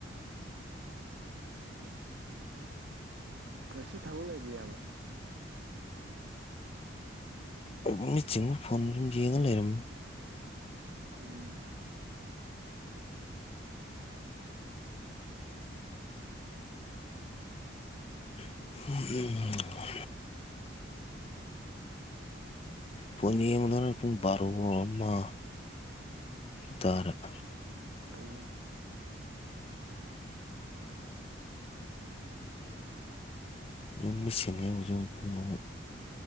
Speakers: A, on the right (about 70°); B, on the left (about 30°).
A: ꯉꯁꯤ ꯊꯕꯛ ꯂꯩꯕ꯭ꯔ‌ꯣ ꯏꯌꯥꯝꯕ
B: <unintelligible> ꯆꯤꯡꯉ ꯐꯣꯟ ꯑꯗꯨꯨꯝ ꯌꯦꯡꯉ ꯂꯩꯔꯝ
A: ꯎꯝ
B: ꯎꯝ ꯎꯝ ꯐ‌ꯣꯟ ꯌꯦꯡꯕꯗꯅ ꯄꯨꯡ ꯕꯥꯔꯣ ꯑꯃ ꯇꯥꯔ‌ꯦ
A: ꯑꯣ
B: ꯑꯗꯨ ꯃꯤꯠꯁꯤꯡꯉ‌ꯦꯕ ꯍꯧꯖꯤꯛ ꯑꯃꯨꯛ ꯄꯨꯡ ꯑꯍꯨꯝ